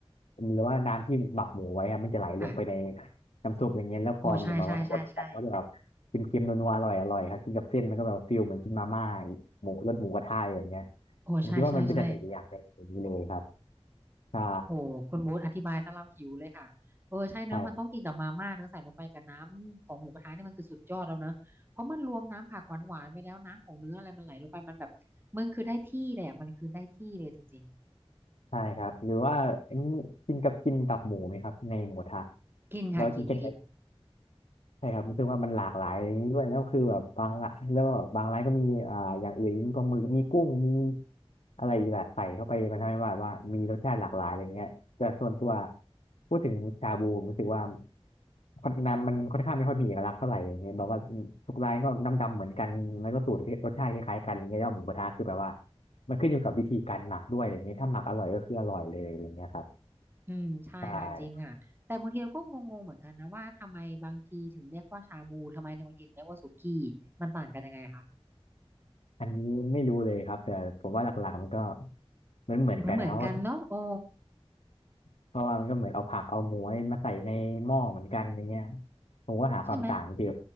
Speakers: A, on the left (about 80°); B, on the right (about 20°).
A: หรือว่าน้ำที่หมักหมูไว้อะมันจะไหลลงไปใน
B: ค่ะ
A: น้ำซุปอย่างเงี้ยแล้วพอมันแบบว่าคนกันก็จะแบบเค็มๆนัวๆอร่อยอร่อยครับกินกับเส้นมันก็แบบฟิลเหมือนกินมาม่า
B: โอ้ใช่ใช่ใช่ใช่
A: หมูรสหมูกระทะอะไรแบบเงี้ย
B: โอ้ใช่ใช่ใช่
A: ผมคิดว่ามันเป็นเสน่ห์อย่างหนึ่งอย่างนี้เลยครับใช่
B: โอ้คุณโบ๊ทอธิบายซะเราหิวเลยค่ะเออใช่เนอะมันต้องกินกับมาม่าเนอะใส่ลงไปกับน้ำของหมูกระทะเนี่ยมันคือสุดยอดแล้วเนอะเพราะมันรวมน้ำผักหวานหวานไปแล้วน้ำของเนื้ออะไรมันไหลลงไปมันแบบมันคือได้ที่เลยอ่ะมันคือได้ที่เลยจริง
A: ใช่ ใช่ครับ หรือว่าอันนี้กินกับกินตับหมูไหมครับในหมูกระทะ
B: ๆกินค่ะกินกิน
A: แล้วกินกัน ใช่ครับรู้สึกว่ามันหลากหลายอย่างนี้ด้วยแล้วคือแบบบางละแล้วก็บบางร้านก็มีอ่าอย่างอื่นมีปลาหมึกมีกุ้งมีอะไรอีกแบบใส่เข้าไปมันทำให้ว่าว่ามีรสชาติหลากหลายอะไรเงี้ยแต่ส่วนตัวพูดถึงชาบูผมรู้สึกว่าคนน้ำมันค่อนข้างไม่ค่อยมีเอกลักษณ์เท่าไหร่อย่างเงี้ยแบบว่าทุกร้านก็น้ำดำเหมือนกันแล้วก็สูตรรสชาติคล้ายๆกันอะไรเงี้ยแล้วหมูกระทะคือแบบว่ามันขึ้นอยู่กับวิธีการหมักด้วยอะไรเงี้ยถ้าหมักอร่อยก็คืออร่อยเลยอะไรเงี้ยครับ
B: อืมใช่ค่ะจริงค่ะแต่บางทีเราก็งงๆเหมือนกันนะว่าทำไมบางทีถึงเรียกว่าชาบูทำไมในบางทีถึงเรียกว่าสุกี้
A: ใช่
B: มันต่างกันยังไงคะ
A: อันนี้ไม่รู้เลยครับแต่ผมว่าหลักๆมันก็เหมือนเหมือนกันนะครับเพราะ
B: เหมือนเหมือนกันเนอะโอ้
A: เพราะว่ามันก็เหมือนเอาผักเอาหมูมาใส่ในหม้อเหมือนกันอย่างเงี้ยผมก็หาความต่างไม่เจอ
B: ใช่ไหม